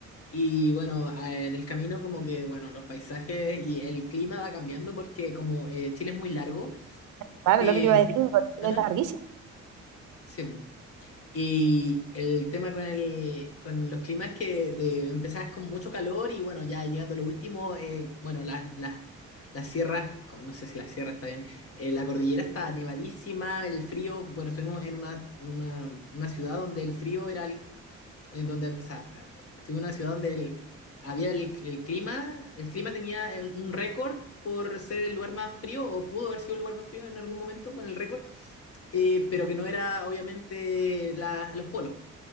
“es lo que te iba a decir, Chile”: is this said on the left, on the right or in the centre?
Right